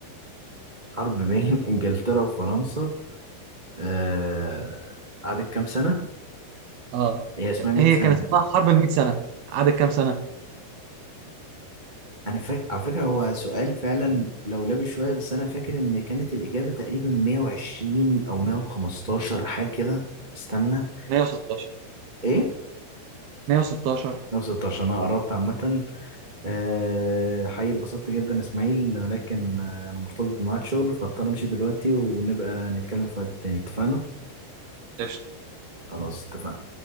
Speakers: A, on the right; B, on the right.
A: حرب بين <laughs> إنجلترا وفرنسا آه، قعدت كام سنة؟
B: اه
A: هي اسمها 100
B: هي
A: سنة
B: كان اسمها حرب المئة سنة قعدت كام سنة؟
A: أنا فاكر على فكرة هو سؤال فعلا لولبي شوية بس أنا فاكر إن كانت الإجابة تقريبا 120 أو 115 حاجة كده استنى
B: 116
A: إيه؟
B: 116
A: 116 أنا قربت عامة آه، حقيقي اتبسطت جدا إسماعيل لكن آه، أنا مرتبط بميعاد شغل فاضطر أمشي دلوقتي ونبقى نتكلم في وقت تاني اتفقنا؟
B: قشطة
A: خلاص اتفقنا